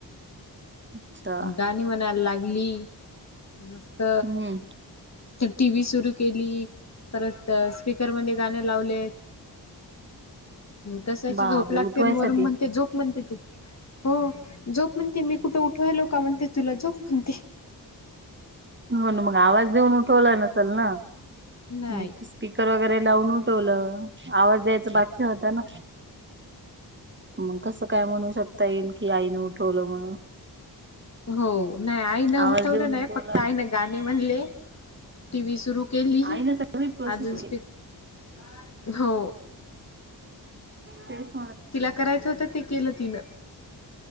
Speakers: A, on the right (about 25°); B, on the left (about 40°).
A: अच्छा
B: गाणी म्हणायला लागली मस्त
A: हम्म
B: टी व्ही सुरू केली परत स्पीकर मधे गाणं लावले कशाची
A: बापरे
B: झोप लागतेन
A: उठवायसाठी
B: वरून म्हणते झोप म्हणते तू हो झोप म्हणते मी कुठं उठवायलो का म्हणते तुला झोप म्हणते
A: हो ना मग आवाज देऊन उठवला नसल ना
B: नाही
A: मग स्पीकर वगैरे लावून उठवलं आवाज द्यायचं बाकी होतं ना मग कसं काय म्हणू शकता येईल की आईनं उठवलं म्हणून
B: हो नाय आईनं
A: आवाज
B: उठवलं
A: देऊन
B: नाय
A: उठवला
B: फक्त आईनं
A: असत
B: गाणे म्हणले टी व्ही सुरू केली
A: आईने सगळी प्रोसेस
B: अजून
A: केली
B: स्पीक हो
A: हम
B: तिला करायचं होतं ते केलं तिनं